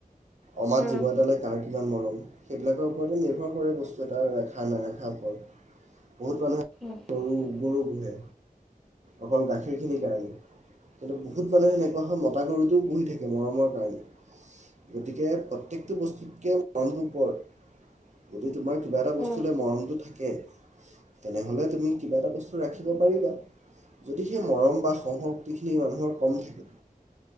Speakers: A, on the right; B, in the centre.
A: অমাত
B: উম
A: জীৱ এটালৈ কাৰ কিমান মৰম সেইবিলাকৰ ওপৰততো নিৰ্ভৰ কৰে। বস্তু এটা ৰাখা-নাৰাখাৰ ওপৰত বহুত মানুহে
B: <unintelligible>
A: গৰু গৰু পোহে অকল গাখীৰখিনিৰ কাৰণে। কিন্তু বহুত মানুহ এনেকুৱা হয়। মতা গৰুটোও পুহি থাকে মৰমৰ কাৰণে। গতিকে, প্ৰত্যেকটো বস্তুতকে মৰমটো ওপৰত, যদি তোমাৰ কিবা এটা বস্তুলে
B: উম
A: মৰমটো থাকে তেনেহ'লে, তুমি কিবা এটা বস্তু ৰাখিব পাৰিবা। যদি সেই মৰম বা সহনশক্তিখিনি মানুহৰ কম থাকে